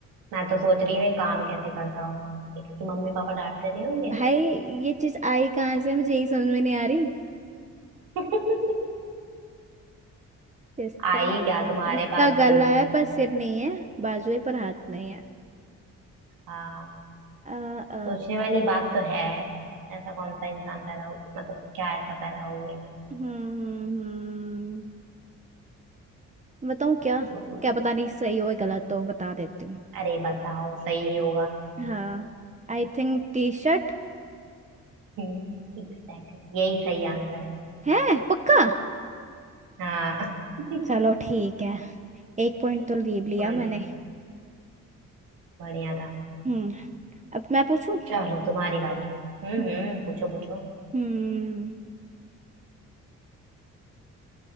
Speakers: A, on the right; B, on the right.
A: मैं तो सोच रही हूँ ये काम कैसे करता होगा इसकी मम्मी पापा डांटते नहीं होंगे
B: भाई ये चीज आई कहाँ से मुझे यही समझ में नहीं आ रही
A: <laughs>
B: जिसका
A: आई क्या तुम्हारे
B: जिसका
A: पास
B: गला
A: भी होगी
B: है पर सिर नहीं है बाजू है पर हाथ नहीं है
A: हाँ
B: अ अ
A: सोचने वाली बात तो है ऐसा कौन सा इंसान पैदा हो मतलब क्या ऐसा पैदा हो गया
B: हम्म हम्म, हम्म। बताऊँ क्या
A: सोचो सोचो
B: क्या पता नहीं सही हो या गलत हो बता देती हूँ
A: अरे बताओ सही होगा
B: हाँ I think T shirt
A: हम्म एग्जैक्टली यही सही आंसर है
B: है पक्का
A: हाँ <laughs>
B: चलो ठीक है एक पॉइंट तो लीव लिया
A: बढ़िया
B: मैंने
A: बढ़िया था
B: हम्म अब मैं पूछूं
A: चलो तुम्हारी बारी हम्म
B: हम्म।
A: हम्म पूछो पूछो
B: हम्म